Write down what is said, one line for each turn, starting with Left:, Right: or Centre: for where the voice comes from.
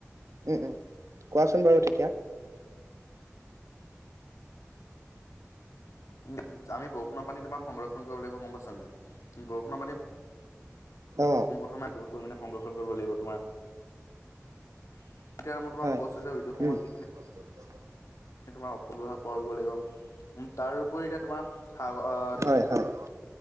Right: উম উম কোৱাচোন বাৰু তেতিয়া
Left: উম' আমি বৰষুণৰ পানী তোমাৰ সংৰক্ষণ কৰিব লাগিব গম পাইছানে নাই? বৰষুণৰ পানী
Right: অ
Left: পোনপ্ৰথমে বহুত পৰিমাণে সংৰক্ষণ কৰিব লাগিব তোমাৰ- এতিয়া মই তোমাক
Right: হয়
Left: কৈছো যে উদ্যোগ সময়ত
Right: উম
Left: যিখিনি-
Right: <unintelligible>
Left: এ তোমাৰ অপব্যৱহাৰ কৰিব লাগিব। উম তাৰউপৰি এতিয়া তোমাৰ সা অ
Right: হয়
Left: যি-
Right: হয়